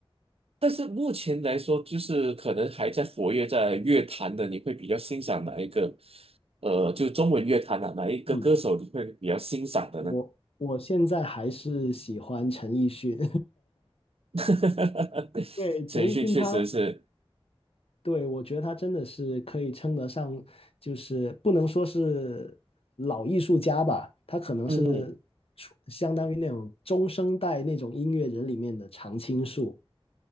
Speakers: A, on the right; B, on the left.
A: 但是目前来说，就是可能还在活跃在乐坛的，你会比较欣赏哪一个？呃，就中文乐坛啊，哪一个歌手你会比较欣赏的呢？
B: 嗯，我我现在还是喜欢陈奕迅，
A: <laughs>
B: <laughs> 对，
A: 陈奕迅确实是，
B: 陈奕迅他，对，我觉得他真的是可以称得上，就是不能说是老艺术家吧，他可能是出相当于那种中生代那种音乐人里面的常青树。
A: 嗯，